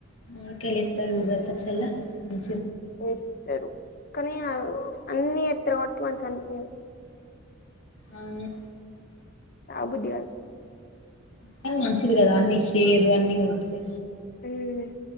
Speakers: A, on the left; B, on the left.
A: మోడకయలి ఇతారు ఊగ పచ్చల్ మా
B: వస్తరు కనీ అన్నీ ఎత్రగబాటి మన్సానిపియాధు
A: అవును
B: ఆ బుడిగడు
A: కా మంచిది కదా అన్నీ ఇష్టం చేయదు అన్నీ కనిపితా
B: మ్